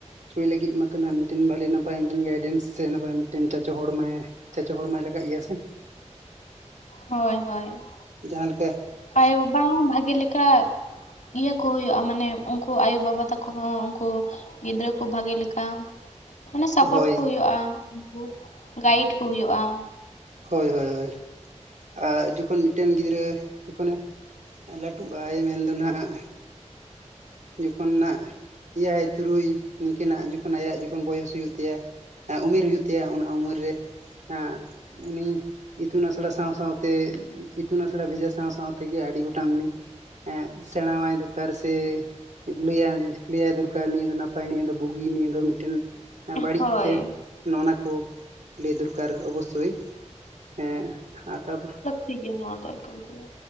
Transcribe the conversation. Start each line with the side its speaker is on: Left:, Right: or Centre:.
Right: ᱪᱚᱭ ᱞᱟᱹᱜᱤᱫ ᱢᱟᱛᱚ ᱦᱟᱜ ᱢᱤᱫᱴᱮᱱ ᱵᱷᱟᱞᱤᱮ ᱱᱟᱯᱟᱭ <unintelligible> ᱜᱟᱭᱰᱮᱱᱥ ᱥᱮ ᱤᱱᱟᱹ ᱯᱚᱨᱮ ᱢᱤᱫᱴᱮᱱ ᱪᱟᱪᱳ ᱦᱚᱲᱢᱟᱭ <inaudible> ᱪᱟᱪᱳ ᱦᱚᱲ ᱢᱟᱭ ᱞᱟᱜᱟᱜ ᱜᱮᱭᱟ ᱥᱮ᱾
Left: ᱦᱚᱭ ᱦᱚᱭ ᱾
Right: ᱡᱟᱦᱟᱸ ᱞᱮᱠᱟ
Left: ᱟᱭᱳ-ᱵᱟᱵᱟ ᱦᱚᱸ ᱵᱷᱟᱜᱮ ᱞᱮᱠᱟ ᱤᱭᱟᱹ ᱠᱚ ᱦᱩᱭᱩᱜᱼᱟ ᱢᱟᱱᱮ ᱩᱱᱠᱩ ᱟᱭᱳ-ᱵᱟᱵᱟ ᱛᱟᱠᱚ ᱦᱚᱸ ᱩᱱᱠᱩ ᱜᱤᱫᱽᱨᱟᱹ ᱠᱚ ᱵᱷᱟᱹᱜᱮ ᱞᱮᱠᱟ ᱢᱟᱱᱮ ᱥᱟᱯᱳᱨᱴ
Right: ᱦᱳᱭ
Left: ᱠᱩ ᱦᱩᱭᱩᱜᱼᱟ ᱩᱱᱠᱩ <unintelligible> ᱜᱟᱭᱤᱰ ᱠᱩ ᱦᱩᱭᱩᱜᱼᱟ᱾
Right: ᱦᱚᱭ ᱦᱚᱭ ᱦᱚᱭ ᱾ ᱟᱨ ᱡᱚᱠᱷᱚᱱ ᱢᱤᱫᱴᱮᱱ ᱜᱤᱫᱽᱨᱟᱹ <unintelligible> ᱡᱚᱠᱷᱚᱱ ᱮ ᱞᱟᱹᱴᱩᱜ ᱟᱭ ᱢᱮᱱᱫᱚ ᱦᱟᱜ ᱡᱚᱠᱷᱚᱱ ᱱᱟ ᱮᱭᱟᱭ, ᱛᱩᱨᱩᱭ ᱩᱱᱠᱤᱱᱟᱜ ᱡᱚᱠᱷᱚᱱ ᱟᱭᱟᱜ ᱡᱚᱠᱷᱚᱱ ᱵᱚᱭᱮᱥ ᱦᱩᱭᱩᱜ ᱛᱟᱭᱟ <inaudible> ᱩᱢᱮᱨ ᱦᱩᱭᱩᱜ ᱛᱟᱭᱟ ᱚᱱᱟ ᱩᱢᱮᱨ ᱨᱮ <inaudible> ᱟᱻ ᱩᱱᱤ ᱤᱛᱩᱱ ᱟᱥᱲᱟ ᱥᱟᱶ ᱥᱟᱶ ᱛᱮ <inaudible> ᱤᱛᱩᱱ ᱟᱥᱲᱟ ᱵᱷᱮᱡᱟ ᱥᱟᱶ ᱥᱟᱶ ᱛᱮᱜᱮ ᱟᱹᱰᱤ ᱜᱚᱴᱟᱝ ᱩᱱᱤ ᱦᱮᱸ ᱥᱮᱬᱟ ᱮᱢᱟᱭ ᱫᱚᱨᱠᱟᱨ ᱥᱮ ᱞᱟᱹᱭᱟᱭ, ᱞᱟᱹᱭᱟᱭ ᱫᱚᱨᱠᱟᱨ ᱱᱤᱭᱟᱹ ᱫᱚ ᱱᱟᱯᱟᱭ ᱱᱤᱭᱟᱹ ᱫᱚ ᱵᱩᱜᱤ ᱱᱤᱭᱟᱹ ᱫᱚ ᱢᱤᱫᱴᱮᱱ ᱵᱟᱹᱲᱤᱡ
Left: ᱦᱳᱭ
Right: ᱥᱮ ᱱᱚᱜᱼᱱᱟ ᱠᱚ ᱞᱟᱹᱭ ᱫᱚᱨᱠᱟᱨ ᱚᱵᱚᱥᱥᱳᱭ ᱾ ᱦᱮᱸ ᱟᱨ ᱛᱟᱨᱯᱚᱨᱮ
Left: ᱴᱷᱤᱠ ᱜᱮᱭᱟ ᱱᱚᱣᱟ ᱫᱚ ᱮᱠᱟᱞ ᱛᱮ ᱾